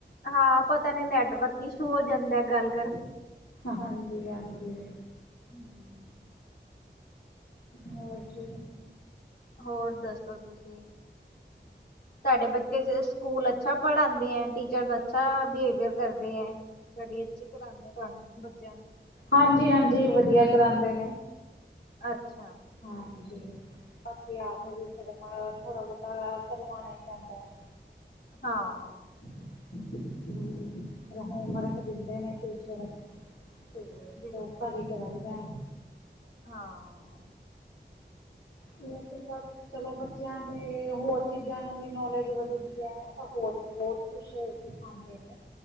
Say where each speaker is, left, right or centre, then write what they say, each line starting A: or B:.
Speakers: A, on the left; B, on the left.
A: ਹਾਂ ਪਤਾ ਨਹੀਂ ਨੈਟਵਰਕ ਇ ਮੋ਼ ਹੋ ਜਾਂਦਾ ਗੱਲ ਕਰਦ
B: ਹਾਂਜੀ, ਹਾਂਜੀ।
A: ਹਮਮ।
B: ਹੋਰ ਜੀ
A: ਹੋਰ ਦੱਸੋ ਤੁਸੀਂ? ਤੁਹਾਡੇ ਬੱਚੇ ਤੇ-ਜ-ਸਕੂਲ ਅੱਛਾ ਪੜ੍ਹਾਉਂਦੇ ਹੈ? ਟੀਚਰਸ ਅੱਛਾ ਬਿਹੇਵੀਅਰ ਕਰਦੇ ਹੈ? <unintelligible> ਪੜ੍ਹਨ, ਬੱਚਿਆਂ ਨੂੰ।
B: ਹਾਂਜੀ, ਹਾਂਜੀ ਵਧੀਆ ਕਰਾਉਂਦੇ ਨੇ।
A: ਅੱਛਾ।
B: ਹਾਂਜੀ। ਬਾਕੀ ਆਪ
A: ਹੂੰ।
B: ਵੀ ਕਰਨਾਥੋੜਾ ਬਹੁਤਾ ਕਰਵਾਣਾ ਹੀ ਪੈਂਦਾ ਹੈ।
A: ਹਾਂ।
B: ਹਮ। ਫਿਰ ਹੋਮਵਰਕ ਦਿੰਦੇ ਨੇ ਟੀਚਰ। ਤੇ <unintelligible>
A: ਬਿਲਕੁਲ।
B: ਵੀ ਕਰਾਇਦਾ ਏ
A: ਹਾਂ।
B: ਇਹ ਤੇ ਸਬ ਚਲੋ ਬੱਚਿਆਂ ਦੇ ਹੋਰ ਚੀਜ਼ਾਂ ਨੂੰ ਵੀ ਨੌਲੇਜ ਵੱਧਦੀ ਹੈ ਤਾਂ, ਹੋਰ ਬੀ ਬਹੁਤ ਕੁਛ ਹੋਰ ਸਿਖਾਂਦੇ ਨੇ।